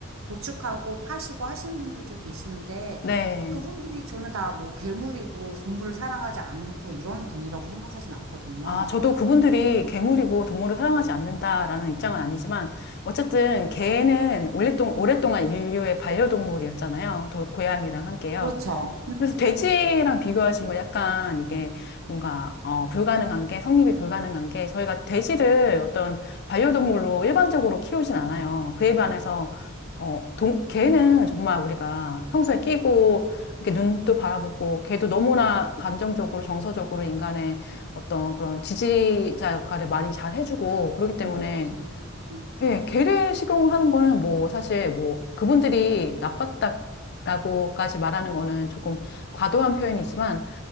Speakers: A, on the right; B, on the left.
A: 도축하고 파시고 하시는 분들도 계시는데
B: 네.
A: 그분들이 저는 다 뭐 괴물이고 동물을 사랑하지 않고 이런 분이라고 생각하진 않거든요.
B: 아, 저도 그분들이 괴물이고 동물을 사랑하지 않는다라는 입장은 아니지만, 어쨌든 개는 오랫동, 오랫동안 인류의 반려동물이었잖아요. 도- 고양이랑 함께요.
A: 그렇죠.
B: 그래서 돼지랑 비교하신 건 약간 이게 뭔가 어, 불가능한 게 성립이 불가능한 게 저희가 돼지를 어떤 반려동물로 일반적으로 키우진 않아요. 그에 반해서 어, 동, 개는 정말 우리가 평소에 끼고 이렇게 눈도 바라보고 개도 너무나 감정적으로 정서적으로 인간의 어떤 그런 지지자 역할을 많이 잘 해주고 그렇기 때문에
A: 음, 그렇죠. 음,
B: 예, 개를 식용 하는 거는 뭐 사실 뭐 그분들이 나빴다라고까지 말하는 거는 조금 과도한 표현이지만